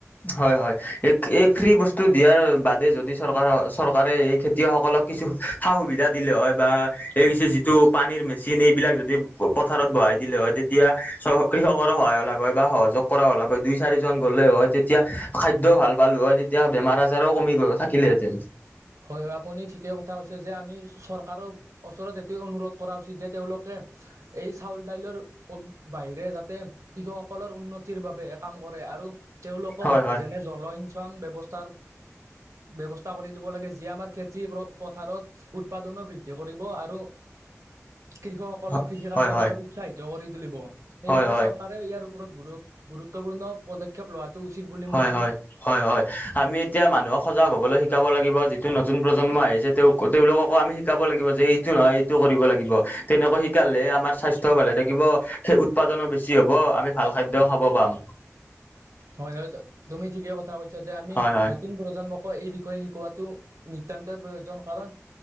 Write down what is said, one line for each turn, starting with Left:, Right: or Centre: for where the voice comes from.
Left: হয়, হয় এই, এই ফ্ৰী-বস্তু দিয়াৰ বাদে যদি চৰকাৰ- চৰকাৰে এই খেতিয়কসকলক কিছু, সা-সুবিধা দিলে হৈ বা এই যে, যিটো পানীৰ মেচিন এইবিলাক যদি পথাৰত বহাই দিলে হৈ তেতিয়া চ কৃষকৰ সহায় হলেহৈ, হয় বা সহযোগ কৰা হলাক হয়, দুই চাৰিজন গ'লে হয়। তেতিয়া খাদ্যও ভাল পালো হয়, তেতিয়া বেমাৰ আজাৰও কমি গৈ থাকিলেহেঁতেন।
Right: হয়, হয় আপুনি ঠিকেই কথা কৈছে যে আমি চৰকাৰক ওচৰত এইটোৱে অনুৰোধ কৰা উচিত যে তেওঁলোকে এই চাউল দাইলৰ বাহিৰে, যাতে কৃষকসকলৰ উন্নতিৰ বাবেহে কাম কৰে আৰু তেওঁলোকক
Left: হয় হয়
Right: যেনে জলসিঞ্চন ব্যৱস্থাৰ, ব্যৱস্থা কৰি দিব লাগে। যিয়ে আমাৰ খেতি পথাৰত উৎপাদনো বৃদ্ধি কৰিব আৰু কৃষক সকলক
Left: হয়
Right: কৃষি কাৰ্যৰ
Left: হয় হয়
Right: বাবে উৎসাহিত কৰি তুলিব সেইবাবে
Left: হয় হয়
Right: চৰকাৰ ইয়াৰ ওপৰত গুৰু- গুৰুত্বপূৰ্ণ পদক্ষেপ লোৱাটো উচিত বুলি
Left: হয়
Right: মই ভাবো
Left: হয় হয় হয় আমি এতিয়া মানুহক সজাগ হ'বলৈ শিকাব লাগিব, যিটো নতুন প্ৰজন্ম আহিছে তেওঁ তেওঁলোককো আমি শিকাব লাগিব যে এইটো নহয় এইটো কৰিব লাগিব, তেনেকুৱা শিকালে আমাৰ স্বাস্থ্য় ভালে থাকিব সেই উৎপাদনো বেছি হ'ব, আমি ভাল খাদ্যয়ও খাব পাম।
Right: হয়, হয়, তুমি ঠিকে কথা কৈছা যে আমি
Left: হয় হয়
Right: নতুন প্ৰজন্ম। এই বিষয়ে শিকোৱাটো নিতান্তই প্ৰয়োজন কাৰণ।